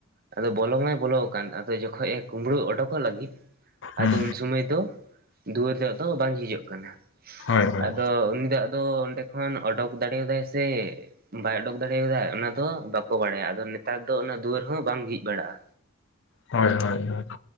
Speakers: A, on the right (about 45°); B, on the left (about 60°).
A: ᱟᱫᱚ ᱵᱚᱞᱚ ᱢᱟᱭ ᱵᱚᱞᱚ ᱟᱠᱟᱱ ᱟᱫᱚ ᱡᱚᱠᱷᱚᱡ ᱮ ᱠᱩᱢᱵᱽᱲᱩ ᱚᱰᱠᱚᱜ ᱞᱟᱹᱜᱤᱫ᱾
B: ᱦᱩᱸ
A: ᱟᱫᱚ ᱩᱱ ᱥᱩᱢᱟᱹᱭ ᱫᱚ ᱫᱩᱣᱟᱹᱨ ᱫᱚ ᱟᱫᱚ ᱵᱟᱝ ᱡᱷᱤᱡᱚᱜ ᱠᱟᱱᱟᱹ ᱾
B: ᱦᱳᱭ ᱦᱳᱭ
A: ᱟᱫᱚ ᱩᱱᱤ ᱫᱚ ᱟᱫᱚ ᱚᱸᱰᱮ ᱠᱷᱚᱱ ᱚᱰᱳᱚᱠ ᱫᱟᱲᱮᱭᱟᱫᱟᱭ ᱥᱮ ᱵᱟᱭ ᱚᱰᱩᱚᱠ ᱫᱟᱲᱮᱭᱟᱫᱟ ᱚᱱᱟ ᱫᱚ ᱵᱟᱠᱚ ᱵᱟᱲᱟᱭᱟ ᱟᱫᱚ ᱱᱮᱛᱟᱨ ᱫᱚ ᱚᱱᱟ ᱫᱩᱣᱟᱹᱨ ᱦᱚᱸ ᱵᱟᱝ ᱡᱷᱤᱡ ᱵᱟᱲᱟᱜᱼᱟ᱾
B: ᱦᱳᱭ ᱦᱳᱭ ᱦᱳᱭ᱾